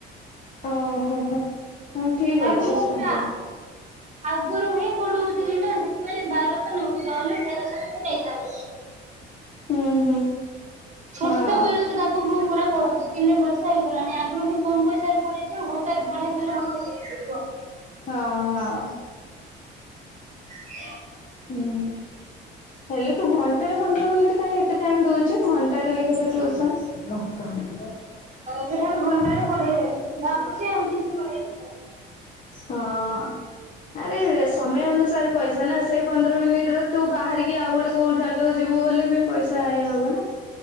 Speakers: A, on the left (about 35°); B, on the right (about 35°).
A: ଓ ହୋ ହୋ। ହଁ ଠିକ
B: ତାକୁ
A: ଅଛି
B: ମୁଁ
A: ଷ୍ଟାଣ୍ଡାର୍ଡ
B: ପୁରା ଆଗରୁ ହିଁ ପଢଉଥିଲି ନା ସେଥିପାଇଁ ବାରଶହ ନଉ ନହନୁ ସେ କ ସେ ବି ନେଇଥିବ।
A: ହୁଁ ହୁଁ।
B: ଛୋଟ
A: ହଁ।
B: ବେଳରୁ ତାକୁ ମୁଁ ପୁରା। ବଢଉଛି କିନେ ବର୍ଷା ହେଇଗଲାଣି ଆଗରୁ ହିଁ କମ ପଇସାରେ ପଡେଇଛି ଆଉ ହଠାତ୍ ବଢେଇ ଦେଲେ ହବକି କୁହ।
A: ହଁ ହଁ।
B: <inaudible>
A: ହୁଁ ହେଲେ। ତୁ ଘଣ୍ଟାଟେ ପନ୍ଦର ମିନିଟ୍ କାଇଁ ଏତେ ଟାଇମ୍ ଦଉଛୁ ଘଣ୍ଟାଟେ ଲେଖାଁତ ଟିୟୁସନ। କଣ? <unintelligible>
B: ଯଦିହବ ଘଣ୍ଟାଟେ ପଢେଇ ଦେବି ଭାବୁଛି। ଏମିତି ହିଁ ପଢେଇବି।
A: ହଁ। ଆରେରେ ସମୟ ଅନୁସାରେ ପଇସା ନା ସେଇ ପନ୍ଦର ମିନିଟରେ ତୁ ବାହାରିକି ଆଉ ଗୋଟେ କୋଉ ଯା ଯଉ ଯିବୁ ବୋଲି ବି ପଇସା ଆଇ ହବ ନା।